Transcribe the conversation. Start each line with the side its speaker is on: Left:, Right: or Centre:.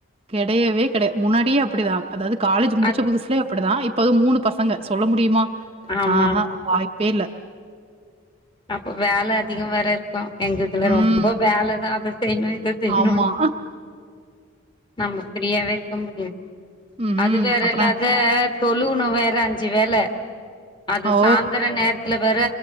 Right: கெடையவே கெடைய முன்னாடியே அப்படிதா அதாது காலேஜ் முடிச்ச
Left: அத்
Right: புதுசுலயே அப்பிடிதா இப்பது மூணு பசங்க சொல்ல முடியுமா
Left: ஆமா
Right: ஆஹா
Left: ஆமா
Right: வாய்ப்பே இல்ல
Left: அப்ப வேல அதிகோ வேற இருக்கூ எங்க இதுல
Right: ம்.
Left: ரொம்ப வேலதா அத செய்ணு இத செய்னுன்டு
Right: ஆமா.
Left: நம்ம ஃப்ரீயாவே இருக்க முடியாது
Right: ம்ஹ்ம்.
Left: அது வேற
Right: அப்பனா
Left: இல்லாத தொழூணு வேற அஞ்சு வேல அது
Right: ஓ!
Left: சாந்தர நேரத்துல வேற